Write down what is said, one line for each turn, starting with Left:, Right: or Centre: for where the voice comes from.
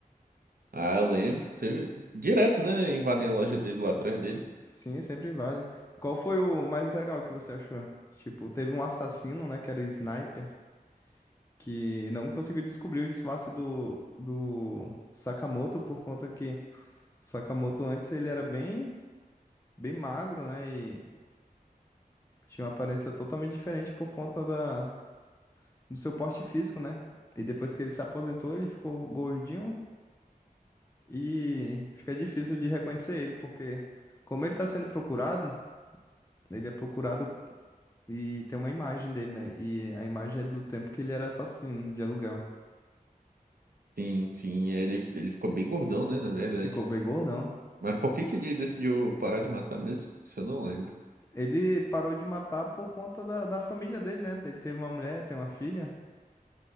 Right: Ah, eu lembro, teve... Direto, né, invadem a loja dele lá atrás dele.
Left: Sim, sempre invadem. Qual foi o mais legal que você achou? Tipo, teve um assassino, né, que era o Sniper, que não conseguiu descobrir o disfarce do, do Sakamoto por conta que o Sakamoto antes ele era bem, bem magro, né, e tinha uma aparência totalmente diferente por conta da... do seu porte físico, né? E depois que ele se aposentou, ele ficou gordinho E fica difícil de reconhecer ele, porque como ele está sendo procurado, ele é procurado e tem uma imagem dele, né? E a imagem é do tempo que ele era assassino de aluguel.
Right: Sim, sim, ele, ele ficou bem gordão, né, na verdade.
Left: Ficou bem gordão.
Right: Mas por que que ele decidiu parar de matar mesmo? Isso eu não lembro.
Left: Ele parou de matar por conta da, da família dele, né? Ele teve uma mulher, tem uma filha.